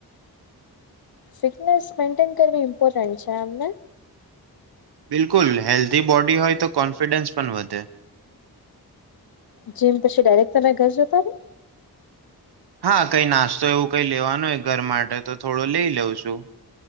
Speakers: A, on the left; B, on the right.
A: ફીટનેસ મેન્ટેન કરવી ઇમ્પોર્ટન્ટ છે આમ.
B: બિલકુલ હેલ્ધી બોડી હોય તો કોન્ફિડન્સ પણ વધે.
A: જીમ પછી ડાયરેક્ટ તમે ઘર જતા હો?
B: હા કઈ નાસ્તો એવું કઈ લેવાનો હોય ઘર માટે તો થોડો લઈ લઉં છું.